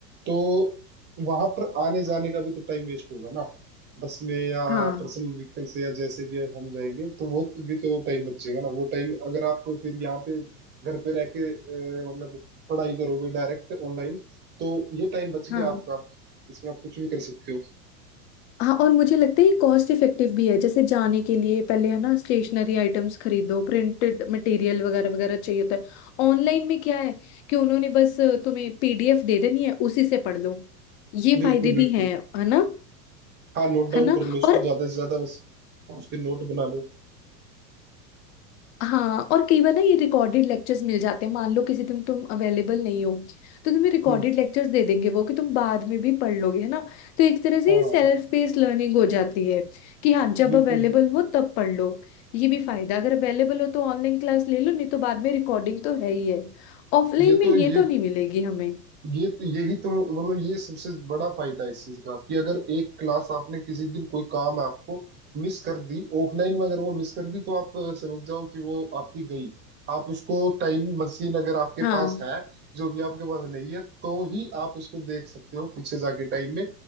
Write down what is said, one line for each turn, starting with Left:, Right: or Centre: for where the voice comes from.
Right: तो वहां पर आने जाने का भी तो टाइम वेस्ट होगा ना बस में या
Left: हाँ
Right: पर्सनल व्हीकल से या जैसे भी हम जाएंगे तो वो भी तो टाइम बचेगा ना वो टाइम अगर आप फिर यहाँ पे घर पे रह के अ, मतलब पढ़ाई करोगे डायरेक्ट ऑनलाइन तो ये टाइम बच गया
Left: हाँ
Right: आपका इसमें आप कुछ भी कर सकते हो
Left: हाँ और मुझे लगता है ये कॉस्ट इफेक्टिव भी है जैसे जाने के लिए पहले है ना स्टेशनरी आइटम्स खरीदो प्रिंटेड मटेरियल वगैरह वगैरह चाहिए होता है ऑनलाइन में क्या है कि उन्होंने बस तुम्हें पीडीएफ दे देनी है उसी से पढ़ लो ये
Right: बिल्कुल
Left: फायदे भी
Right: बिल्कुल
Left: हैं है ना
Right: हाँ नोट डाउन
Left: है ना
Right: कर लो उसको
Left: और
Right: ज्यादा से ज्यादा बस उसके नोट बना लो
Left: हाँ और कई बार ना ये रिकॉर्डेड लेक्चर्स मिल जाते हैं मान लो किसी दिन तुम अवेलेबल नहीं हो तो तुम्हें रिकॉर्डेड
Right: हम्म
Left: लेक्चर्स दे देंगे वो कि तुम बाद में भी पढ़ लोगे है ना तो एक तरह से
Right: हाँ हाँ
Left: सेल्फ
Right: हाँ
Left: पेस लर्निंग हो जाती है कि हाँ जब
Right: बिल्कुल
Left: अवेलेबल
Right: बिल्कुल।
Left: हो तब पढ़ लो ये भी फायदा अगर अवेलेबल हो तो ऑनलाइन क्लास ले लो नहीं तो बाद में रिकॉर्डिंग तो है ही है ऑफलाइन
Right: ये
Left: में
Right: तो
Left: ये
Right: ये
Left: तो नहीं मिलेगी हमें
Right: ये यही तो मतलब ये सबसे बड़ा फायदा है इस चीज का कि अगर एक क्लास आपने किसी दिन कोई काम है आपको मिस कर दी ऑफलाइन में अगर वो मिस कर दी तो आप अ, समझ जाओ कि वो आपकी गई आप उसको टाइम मशीन अगर आपके
Left: हाँ
Right: पास है जो कि आपके पास नहीं है तो ही आप उसको देख सकते हो पीछे जाके टाइम में